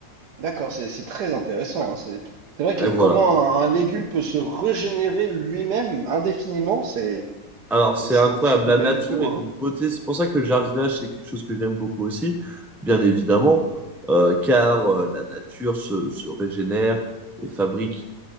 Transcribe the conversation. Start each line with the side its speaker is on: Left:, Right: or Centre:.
Right: D'accord, c'est c'est très intéressant. hein. C'est c'est vrai
Centre: Et
Right: que comment
Centre: voilà.
Right: un, un légume peut se régénérer lui-même indéfiniment, c'est
Centre: Alors, c'est
Right: C'est
Centre: incroyable.
Right: c'est tout
Centre: La
Right: de
Centre: nature
Right: même fou,
Centre: est
Right: hein.
Centre: d'une beauté. C'est pour ça que le jardinage, c'est quelque chose que j'aime beaucoup aussi, bien évidemment, euh, car euh, la nature se, se régénère et fabrique